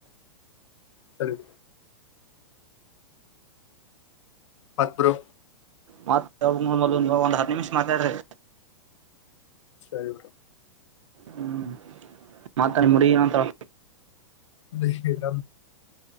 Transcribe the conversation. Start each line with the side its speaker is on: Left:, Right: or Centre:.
Left: ಸರಿ ಮತ್ ಬ್ರೋ
Right: ಮತ್ತೊ ಒಂದ್ ಹತ್ತು ನಿಮಿಷ್ ಮಾತಾಡ್ರಿ
Left: ಸರಿ
Right: ಹ್ಮ್ ಮತ್ತ ನಿಮ್ಮ ಹುಡುಗಿ ಏನಂತಾಳ
Left: ನೀ ನ